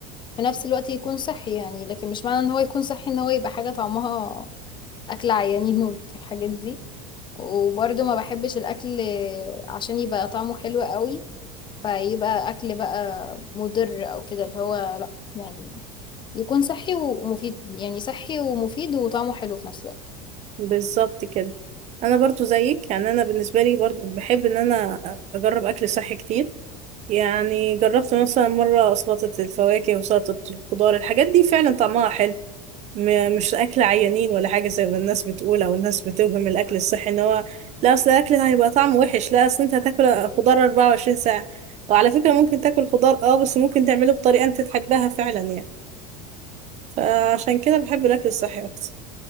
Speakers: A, on the left; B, on the right.
A: في نفس الوقت يكون صحي يعني لكن مش معنى ان هو يكون صحي ان هو يبقى حاجه طعمها اكل عيانين <laughs> نوت الحاجات دي وبرضه ما بحبش الاكل عشان يبقى طعمه حلو قوي فيبقى اكل بقى مضر او كده اللي هو لا يعني يكون صحي ومفيد يعني صحي ومفيد وطعمه حلو في نفس الوقت
B: بالظبط كده انا برضو زيك يعني انا بالنسبه لي برضو بحب ان انا اجرب اكل صحي كتير يعني جربت مثلا مرة سلطة الفواكه وسلطة الخضار الحاجات دي فعلا طعمها حلو م- مش أكل عيانين ولا حاجة زي ما الناس بتقول أو الناس بتوهم الأكل الصحي إن هو لا أصل الأكل هيبقى طعمه وحش لا أصل أنت هتاكل خضار 24 ساعة وعلى فكرة ممكن تاكل خضار أه بس ممكن تعمله بطريقة أنت تحبها فعلا يعني فعشان كده بحب الأكل الصحي أكتر